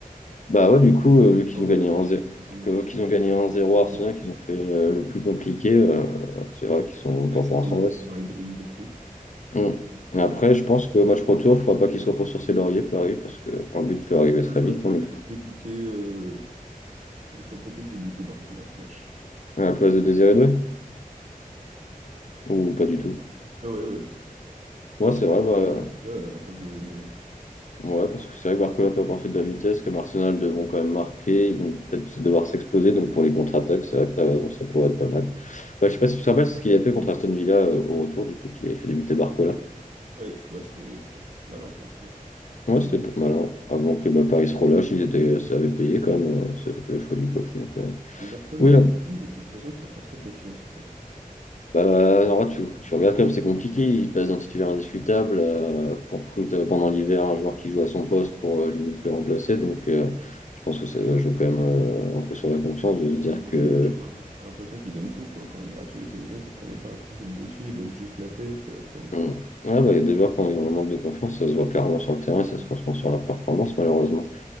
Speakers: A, on the left (about 55°); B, on the right (about 55°).
A: bah ouais, du coup, euh,
B: Ils s'attendent
A: vu qu'ils ont
B: euh,
A: gagné 1-0,
B: ils s'attendent
A: que-
B: à ce
A: vu
B: que
A: qu'ils ont
B: Paris
A: gagné 1-0
B: domine.
A: à Arsenal, qu'ils ont fait euh, le plus compliqué, euh, c'est vrai qu'ils sont pas
B: Ouais, Ils s'attendent
A: pour l'instant.
B: à
A: ouais.
B: ce que Paris domine beaucoup.
A: Hmm. Mais Après,
B: Euh,
A: je pense que match retour, il faudra pas qu'ils se reposent sur ses lauriers, Paris, parce qu'un but peut arriver très
B: je ferais
A: vite,
B: peut-être
A: hein, mais
B: débuter euh, je ferais peut-être débuter Barcola à ce match.
A: à la place de Désiré Doué, ou pas du tout.
B: Ah ouais ouais.
A: Ouais,
B: Moi
A: c'est
B: je pense
A: vrai,
B: que
A: bah,
B: je le fais débuter à la place de Doué. hein.
A: Ouais, parce que c'est vrai que Barcola peut apporter de la vitesse, comme Arsenal devront quand même marquer, ils vont peut-être devoir s'exposer, donc pour les contre-attaques, c'est vrai que t'as raison, ça pourrait être pas mal. Bah, je sais pas si tu te rappelles, c'est ce qu'il avait fait contre Aston Villa euh, au retour, du coup, qui avait fait débuter Barcola.
B: Ouais, bah c'était c'était pas si mal hein, franchement.
A: Ouais,
B: Mais
A: c'était pas mal, hein. Avant que bah, Paris se relâche, ils étaient, ça avait payé quand même, euh, ça avait fait le choix du coach. Donc, euh,
B: mais Barcola
A: oui,
B: il est très bon, mais j'ai l'impression qu'il a pas trop confiance en fait.
A: Bah, en vrai, tu, tu regardes comme c'est compliqué. Il passe d'un titulaire indiscutable, euh, qu'on recrute euh, pendant l'hiver un joueur qui joue à son poste pour euh, limite le remplacer. Donc, euh, je pense que ça va jouer quand même euh, un peu sur la confiance de se dire
B: Danilo,
A: que.
B: tu vois, t'as pas l'impression qu'il donne tout, quoi. Quand il rate une occasion, t'as pas même pas l'impression qu'il est déçu, il baisse juste la tête. euh, Enfin,
A: Hmm. Ouais, bah, il y a des joueurs quand ils ont un manque de confiance, ça se voit clairement sur le terrain, ça se ressent sur leur performance, malheureusement.